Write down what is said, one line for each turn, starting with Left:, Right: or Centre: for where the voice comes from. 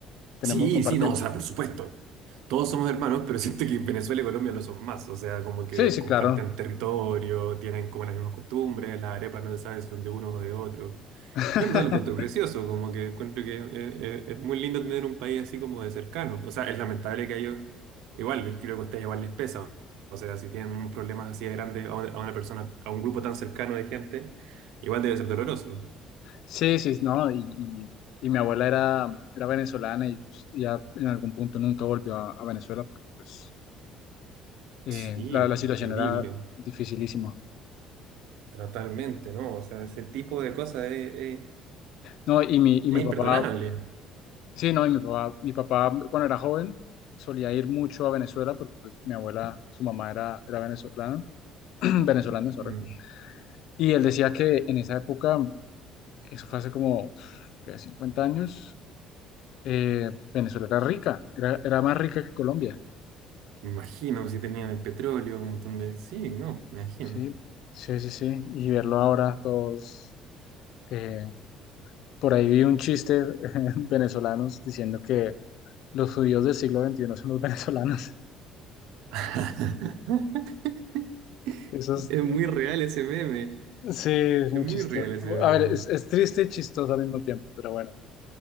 Left: tenemos,
Right: Sí,
Left: compartimos.
Right: sí, no, o sea, por supuesto. Todos somos hermanos, pero <laughs> siento que Venezuela y Colombia lo son más. O sea, como que
Left: Sí, sí,
Right: comparten
Left: claro.
Right: territorio, tienen como las mismas costumbres, las arepas no se sabe si son de uno o de otro.
Left: <laughs>
Right: Yo en verdad lo encuentro precioso, como que encuentro que es, es- es muy lindo tener un país así como de cercano. O sea, es lamentable que a ellos, igual, creo que a ustedes igual les pesa. O sea, si tienen unos problemas así de grandes a una a una persona, a un grupo tan cercano de gente, igual debe ser doloroso.
Left: Sí, sí, no, y, y- y mi abuela era, era venezolana y pues ya en algún punto nunca volvió a, a Venezuela porque pues eh,
Right: Sí,
Left: la, la situación
Right: entendible,
Left: era dificilísima.
Right: totalmente, ¿no? O sea, ese tipo de cosas es, es-
Left: No, y mi, y
Right: es
Left: mi papá
Right: imperdonable.
Left: Sí, no, y mi papá, mi papá cuando era joven solía ir mucho a Venezuela porque pues, mi abuela, su mamá era, era venezolana, <clears throat> venezolana, sorry.
Right: Mm.
Left: Y él decía que en esa época, eso fue hace como ¿qué? 50 años, eh, Venezuela era rica, era, era más rica que Colombia.
Right: Me imagino si tenían el petróleo, un montón de... Sí, no, me imagino.
Left: Sí, sí, sí, sí. Y verlo ahora todos, eh, por ahí vi un chiste <laughs> venezolanos diciendo que los judíos del siglo veintiuno son los <laughs> venezolanos.
Right: <laughs>
Left: Eso es,
Right: Es muy real ese meme.
Left: Sí, es
Right: Es
Left: muy
Right: muy
Left: chistoso.
Right: real ese meme.
Left: A ver, es, es triste y chistoso al mismo tiempo, pero bueno,